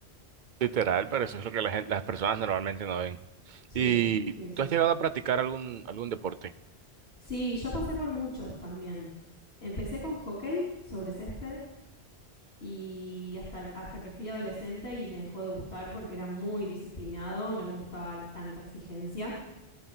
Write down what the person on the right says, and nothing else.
Literal, pero eso es lo que la gen- las personas normalmente no ven.
¿Y
tú has llegado a practicar algún, algún deporte?